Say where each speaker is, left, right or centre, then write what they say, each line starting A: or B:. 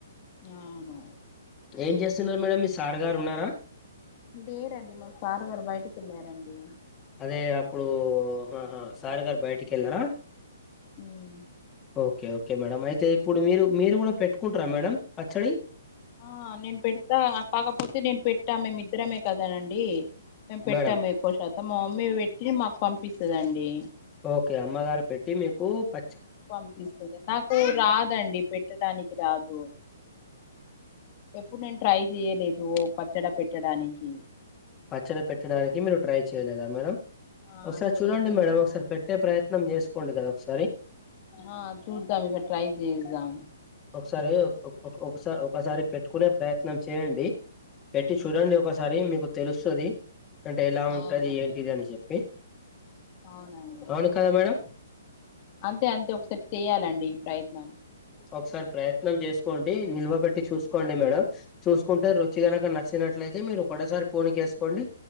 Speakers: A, on the left; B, on the left.
A: ఆవును
B: ఏం చేస్తున్నారు మేడమ్ మీ సార్ గారు ఉన్నారా
A: లేేరండి మా సార్ గారు బయటకేళ్ళారండి
B: అదే అప్పుడు ఆహా సార్ గారు బయటికి వెళ్లరా
A: మ్మ్
B: ఓకే ఓకే మేడం అయితే ఇప్పుడు మీరు మీరు కూడా పెట్టుకుంటారా మేడం పచ్చడి
A: ఆ నేను పెడతా కాకపోతే నేను పెట్టా మేమిద్దరమే కదానండి మేము పెట్టాము
B: మేడం
A: ఎక్కువ శాతం మా మమ్మీ పెట్టి మాకు పంపిస్తదండి
B: ఓకే అమ్మగారు పెట్టి మీకు ప
A: పంపిస్తుంది నాకు రాదండి పెట్టడానికి రాదు ఎప్పుడు నేను ట్రై చేయలేదు పచ్చడ పెట్టడానికి
B: పచ్చడి పెట్టడానికి మీరు ట్రై చేయలేదా మేడం
A: ఆ
B: ఒకసారి
A: చేయలేదు
B: చూడండి మేడం ఒకసారి పె ట్టే ప్రయత్నం చేసుకోండి కదా ఒకసారి
A: ఆ చూద్దాం ఇక్కడ ట్రై చేస్దాం
B: ఒకసారి ఒక్ ఒక్ ఒకసారి ఒకసారి పెట్టుకునే ప్రయత్నం చేయండి పెట్టి చూడండి
A: ఉమ్,
B: ఒకసారి మీకు తెలుస్తది అంటే ఎలా ఉంటది
A: అవును
B: ఏంటిది అని చెప్పి
A: అవున
B: అవును కదా మేడం
A: అంతే అంతే ఒకసారి చేయాలండి ఈ ప్రయత్నం
B: ఒకసారి ప్రయత్నం చేసుకోండి నిల్వ పెట్టి చూసుకోండి మేడం చూసుకుంటే రుచిగనక న చ్చినట్లయితే మీరు ఒకటే సారి పోన్ కేసుకోండి